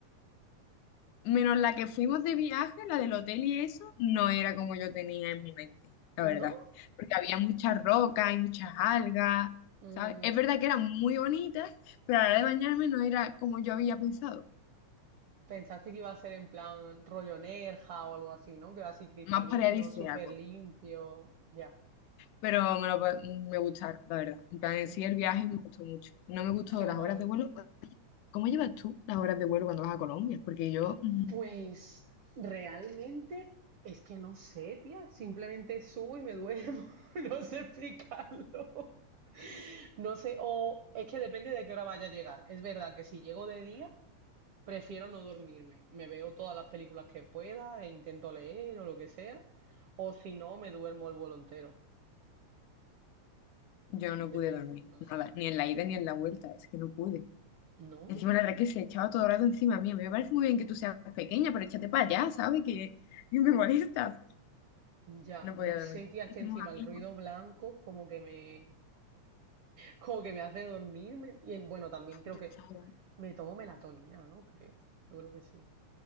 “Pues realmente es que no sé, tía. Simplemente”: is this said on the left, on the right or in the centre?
Right